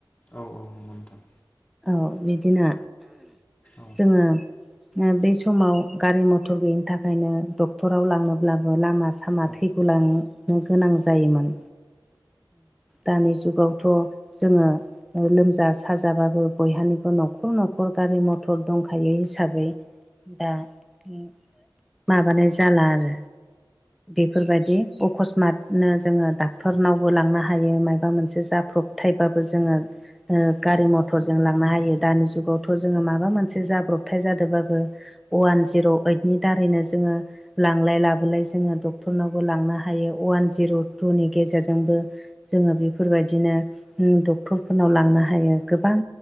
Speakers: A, on the left; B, in the centre.
A: औ-औ नंगौ नोंथां
B: औ बिदिनो
A: औ
B: जोंङो बे समाव गारि मथर गैयिनि थाखायनो डक्टराव लांनोब्लाबो लामा सामा
A: औ
B: थै <unintelligible> गोनां जायोमोन दानि जुगावथ' जोंङो लोमजा साजाबाबो बयहानिबो न'खर न'खर गारि मथर दंखायो हिसाबै ओ माबानाय जाला आरो बेफोरबायदि अकसमात नो जोंङो डाक्टरनावबो लांनो हायो मायबा मोनसे जाब्रबथायबाबो जोंङो ओ गारि मथरजों लांनो हायो दानि जुगावथ' जोंङो माबा मोनसे जाब्रबथाय जादोबाबो अवान जिर' ओइदनि दारैनो जोंङो लांलाय लाबोलाय जोंङो डक्टरनावबो लांनो हायो अवान जिर' टुनि गेजेरजोंबो जोंङो बेफोरबायदिनो डक्टरफोरनाव लांनो हायो गोबां